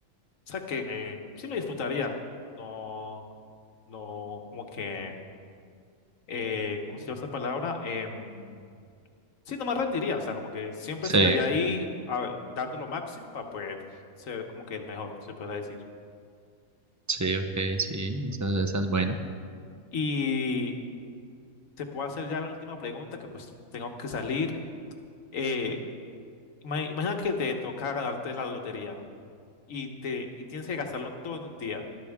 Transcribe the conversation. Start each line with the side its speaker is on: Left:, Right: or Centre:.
Left: O sea que eh, sí lo disfrutaría. No, no, como que, eh, ¿cómo se llama esta palabra? Em, sí, no me rendiría. O sea, como que siempre
Right: Sí,
Left: estaría ahí a- dando lo máximo para poder ser como que el mejor, se puede decir.
Right: sí, ok, sí, esa, esa es buena.
Left: Y te puedo hacer ya la última pregunta, que pues tengo que salir. Eh, ima- imagina que te toca ganarte la lotería y te y tienes que gastarlo todo en un día.